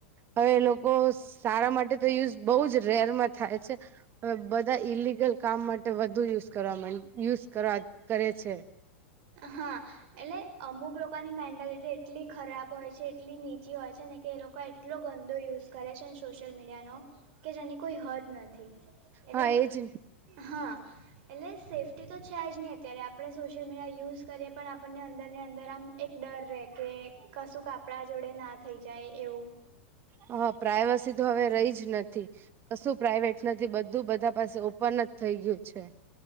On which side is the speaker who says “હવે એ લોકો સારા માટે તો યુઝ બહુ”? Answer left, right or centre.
Right